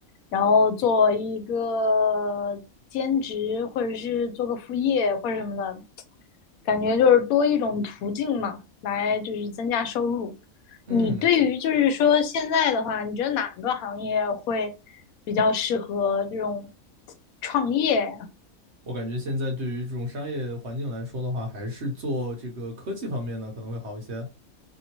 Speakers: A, on the left; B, on the right.
A: 然后做一个兼职，或者是做个副业或者什么的，感觉就是多一种途径嘛，来就是增加收入。
B: 嗯，
A: 你对于就是说现在的话，你觉得哪个行业会比较适合这种创业？
B: 我感觉现在对于这种商业环境来说的话，还是做这个科技方面呢可能会好一些，